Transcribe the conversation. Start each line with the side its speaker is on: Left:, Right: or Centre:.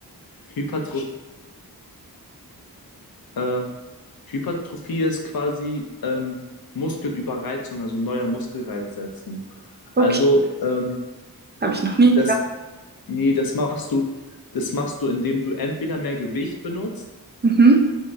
Left: Hypertroph äh, Hypertrophie ist quasi ähm, Muskelüberreizung, also neuer Muskelreiz setzen. Also
Right: Okay,
Left: ähm,
Right: habe ich noch nie gehört.
Left: das, nee, das machst du, das machst du, indem du entweder mehr Gewicht benutzt
Right: Mhm,